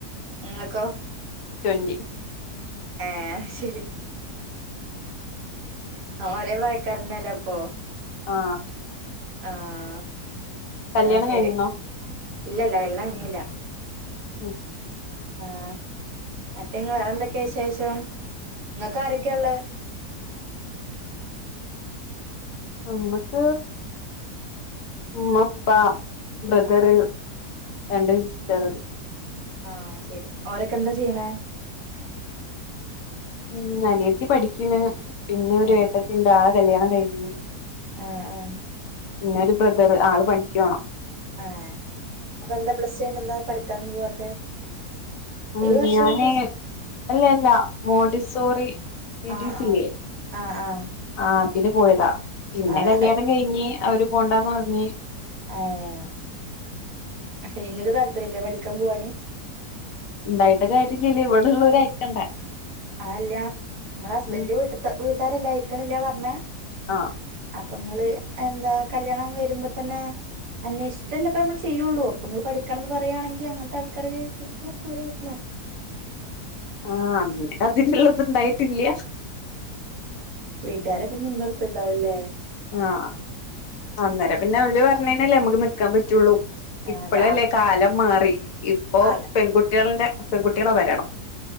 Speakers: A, on the right; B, on the left.
A: നിങ്ങക്കൊ
B: ട്വന്റി
A: ഏ ശരി നമ്മളൊരേപ്രായക്കാരതന്നല്ലേ അപ്പൊ
B: ആഹ്
A: ആഹ്
B: കല്യാണം
A: അയ് ശരി
B: കഴിഞ്ഞിണോ
A: ഇല്ലയില്ല കല്യാണം കഴിഞ്ഞീല്ല.
B: ഉം
A: ആഹ് അറ്റങ്ങ് വേറെ എന്തൊക്കെയ വിശേഷം ഇങ്ങൾക്കാരൊക്കെയാ ഇള്ള്
B: നമ്മക്ക് ഉമ്മ ഉപ്പാ ബ്രദറ്
A: ആഹ്
B: രണ്ട് സിസ്റ്റർ
A: ആഹ് ശരി ഓരൊക്കെ എന്താ ചെയ്യണെ
B: ഉം അനിയത്തി പഠിക്കണ് പിന്നെ ഒരു
A: ആഹ്
B: ഏട്ടത്തിയിണ്ട് അവളെ കല്യാണം കഴിഞ്ഞ്-
A: ആഹ് ആഹ്
B: പിന്നെ ഒരു ബ്രദറ് ആള് പണിക്ക്‌ പോണ്
A: ആഹ് അപ്പം എന്താ പ്ലസ് റ്റു കയിഞ്ഞന്താ പഠിക്കാനൊന്നും പോവാത്തെ?
B: ഉം
A: ഈ വർഷം
B: ഞാന്
A: പ്ലസ്
B: അല്ലല്ല മോഡി സോറി ടി
A: ആഹ്
B: ടി സി
A: ആഹ്
B: ഇല്ലേ
A: ആഹ് ആഹ്
B: ആഹ് അതിന് പോയതാ പിന്നെ
A: ആഹ്
B: കല്യാണം കഴിഞ്ഞ് അവര് പോണ്ടാന്ന് പറഞ്ഞ്
A: ആഹ് ഏഹ് അത്ശരി ഇങ്ങക്ക് താല്പര്യല്ലേ പഠിക്കാൻ പോവാന്
B: ഉണ്ടായിട്ട് കാര്യല്ലല്ലോ ഇവിടെള്ളോര് അയക്കണ്ടേ
A: അതല്ല ഇങ്ങളെ ഹസ്ബന്റിന്റെ
B: ഉം
A: വീട്ട് ത്തെ വീട്ടാരല്ലേ അയിക്കണില്ല പറഞ്ഞേ
B: ആഹ്
A: അപ്പൊങ്ങള് എന്താ കല്യാണം വരുമ്പോ തന്നെ- അന്വേഷിച്ചിട്ട്ല്ലോ ഇപ്പൊ നമ്മള് ചെയ്യൊള്ളൂ അപ്പൊ നിങ്ങള് പഠിക്കണംന്ന് പറയാണെങ്കിൽ അങ്ങനത്തെ ആൾക്കാരൊക്കെ കെട്ടിയാ പോരായ്ന്നോ
B: ആഹ് അന്ന് അതിനുള്ള ഇത്ണ്ടായിട്ടില്ല.
A: വീട്ടുകാരുടെ ഇതിന് നിന്നൊടുത്ത്ണ്ടാവൂല്ലേ
B: ആഹ് അന്നേരം പിന്നെ അവര് പറഞ്ഞേന്നല്ലേ നമുക്ക് നിക്കാൻ പറ്റുള്ളൂ. ഇപ്പളല്ലേ
A: അതെ
B: കാലം മാറി ഇപ്പോ
A: അഹ്
B: പെൺകുട്ടികളിന്റെ പെൺകുട്ടികളെ വരണം